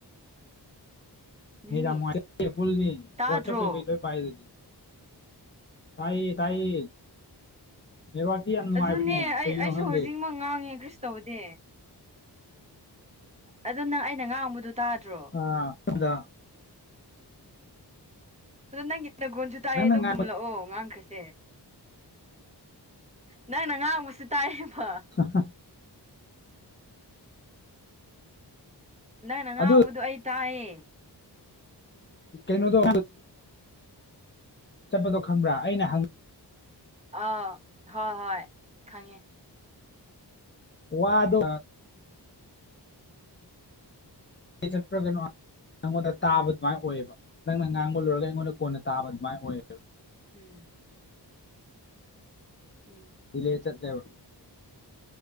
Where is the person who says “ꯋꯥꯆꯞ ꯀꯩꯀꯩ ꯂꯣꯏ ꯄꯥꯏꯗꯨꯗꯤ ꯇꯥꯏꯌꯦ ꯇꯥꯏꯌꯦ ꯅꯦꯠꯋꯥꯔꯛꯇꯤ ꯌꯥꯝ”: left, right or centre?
Left